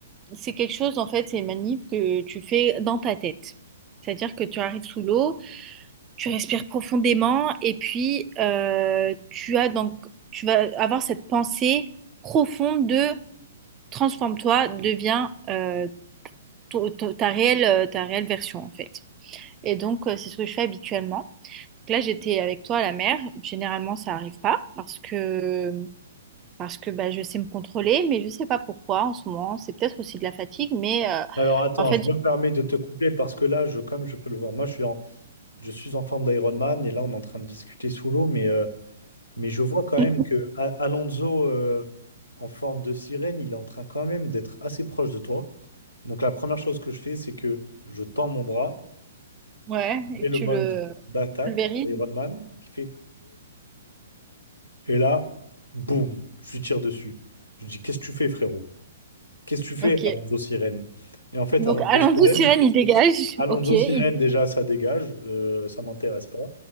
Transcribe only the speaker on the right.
C'est quelque chose, en fait, c'est une manip que tu fais dans ta tête. C'est-à-dire que tu arrives sous l'eau, tu respires profondément et puis euh, tu as donc, tu vas avoir cette pensée profonde de transforme-toi, deviens euh, to- to- ta réelle, euh, ta réelle version, en fait. Et donc, euh, c'est ce que je fais habituellement. Donc Là, j'étais avec toi à la mer. Généralement, ça n'arrive pas parce que parce que bah, je sais me contrôler, mais je sais pas pourquoi en ce moment. C'est peut-être aussi de la fatigue, mais euh,
en fait,
j'ai
<laughs>
Ouais, et
que
tu
le
pulvérises.
Ok.
Donc,
allons-vous,
sirène, il dégage.
Ok, il